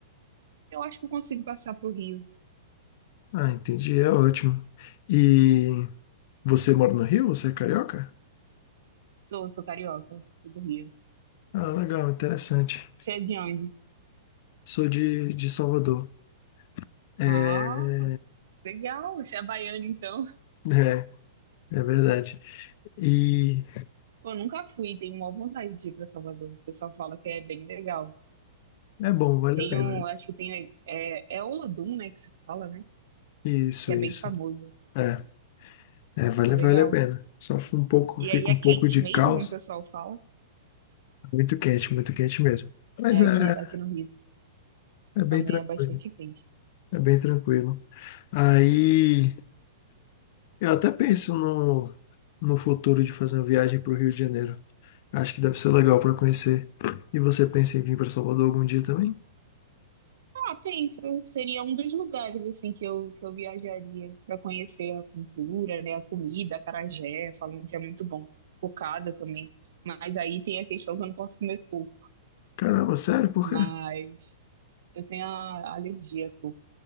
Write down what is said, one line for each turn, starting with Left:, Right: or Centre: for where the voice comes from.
Right: eu acho que eu consigo passar pro Rio.
Left: Ah, entendi, é ótimo. E você mora no Rio? Você é carioca?
Right: Sou, sou carioca, sou do Rio.
Left: Ah, legal, interessante.
Right: Você é de onde?
Left: Sou de, de Salvador. É,
Right: Ah, legal, você é baiano, então.
Left: é. É verdade. E
Right: Eu nunca fui, tenho uma vontade de ir para Salvador. O pessoal fala que é bem legal.
Left: é bom, vale
Right: Tem
Left: a pena.
Right: um, acho que tem, é, é Olodum, né, que se fala, né,
Left: Isso,
Right: que é
Left: isso.
Right: bem famoso.
Left: É, é, vale,
Right: Ah, legal.
Left: vale a pena. Só fica um pouco,
Right: E
Left: fica
Right: aí é
Left: um
Right: quente
Left: pouco de
Right: mesmo,
Left: caos.
Right: como o pessoal fala.
Left: Muito quente, muito quente mesmo. Mas
Right: É,
Left: é,
Right: aqui, aqui no Rio
Left: é bem
Right: também
Left: tranquilo.
Right: é bastante quente.
Left: É bem tranquilo. Aí eu até penso no, no futuro de fazer uma viagem para o Rio de Janeiro. Acho que deve ser legal para conhecer. E você pensa em vir para Salvador algum dia também?
Right: Ah, penso, seria um dos lugares assim que eu, que eu viajaria para conhecer a cultura, né, a comida, acarajé, falam que é muito bom. Cocada também. Mas aí tem a questão que eu não posso comer coco,
Left: Caramba, sério? Por
Right: mas
Left: quê?
Right: eu tenho a alergia a coco.